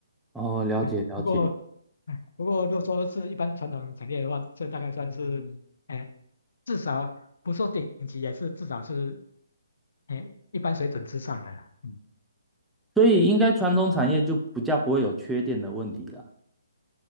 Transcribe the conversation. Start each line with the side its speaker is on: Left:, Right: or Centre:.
Centre: 哦，了解了解，
Left: <laughs> 不过，哎不过如果说是一般传统产业的话，这大概算是，哎，至少不说顶级，也是至少是，哎，一般水准之上的啦。嗯，
Centre: 所以应该传统产业就比较不会有缺电的问题啦。